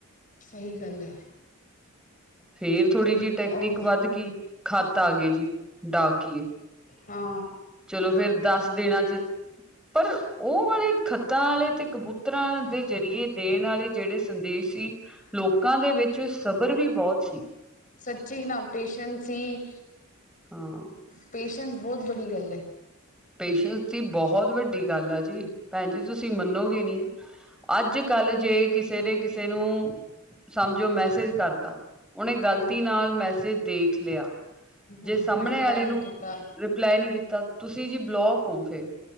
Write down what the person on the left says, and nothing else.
ਸਹੀ ਗੱਲ ਹੈ।
ਔਰ
ਹਾਂ।
ਸੱਚੀ ਏਨਾ ਪੇਸ਼ੈਂਸ ਸੀ।
ਪੇਸ਼ੈਂਸ ਬਹੁਤ ਬੜੀ ਗੱਲ ਹੈ।
ਹਾਂ
ਹਾਂ
ਰਿਪਲਾਈ
ਨਹੀਂ
ਕੀਤਾ